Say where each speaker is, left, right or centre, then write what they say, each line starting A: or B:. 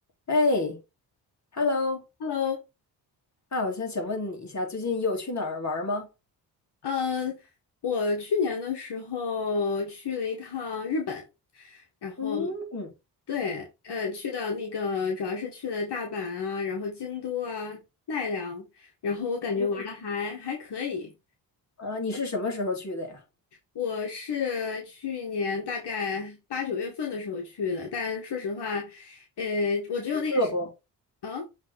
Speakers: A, on the left (about 40°); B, on the left (about 65°).
A: 哎，Hello，
B: Hello，
A: 啊，我想想问你一下，最近有去哪儿玩儿吗？
B: 呃，我去年的时候去了一趟日本，然后
A: 嗯
B: 对，呃，去到那个主要是去了大阪啊，然后京都啊、奈良，然后我感觉玩的还还可以。
A: 嗯，啊，你是什么时候去的呀？
B: 我是去年大概八九月份的时候去的，但说实话，呃，我只有那个是，
A: 热不？
B: 啊，